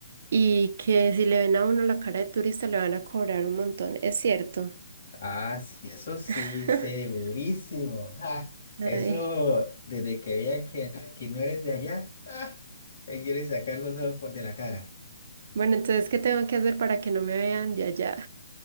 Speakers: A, on the right; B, on the left.
A: Y que si le ven a uno la cara de turista le van a cobrar un montón. Es cierto.
B: Ah, sí, eso sí,
A: <laughs>
B: segurísimo. Ja, eso,
A: Ay.
B: desde que vean que, que no eres de allá, ja, te quieres sacar los ojos por de la cara.
A: Bueno, entonces, ¿qué tengo que hacer para que no me vean de allá?